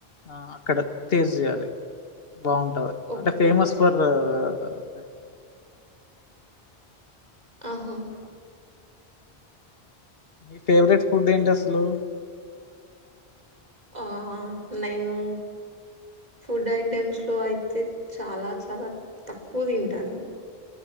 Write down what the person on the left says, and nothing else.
ఆ అక్కడ టేస్ట్ చేయాలి. బాగుంటది
అంటే Famous
For but
అవును మేడం మీ ఫేవరెట్ ఫుడ్ ఏంటి అసలు